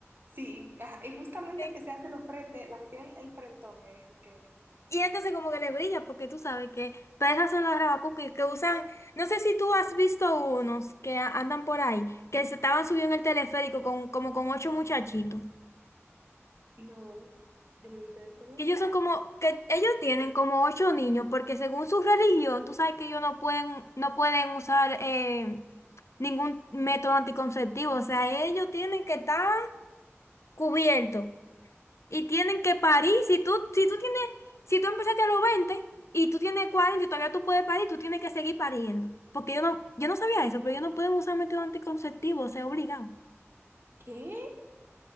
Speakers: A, on the right (about 45°); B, on the left (about 70°).
A: Sí, ajá, y justamente
B: Ok.
A: el que se hace los frentes, la que tiene el frentón, es el que...
B: Y entonces como que le brilla, porque tú sabes que para esas son las rabacuquis que usan, no sé si tú has visto unos que a- andan por ahí, que se estaban subiendo en el teleférico con, como con ocho muchachitos.
A: No, yo no he visto ese, ¿no?
B: Que ellos son como, que ellos tienen como ocho niños, porque según su religión, tú sabes que ellos no pueden, no pueden usar eh, ningún método anticonceptivo. O sea, ellos tienen que estar cubiertos. Y tienen que parir. Si tú, si tú tienes, si tú empezaste a los 20 y tú tienes 40 y todavía tú puedes parir, tú tienes que seguir pariendo. Porque yo no, yo no sabía eso, pero ellos no pueden usar método anticonceptivo, o sea, obligado.
A: ¿Qué?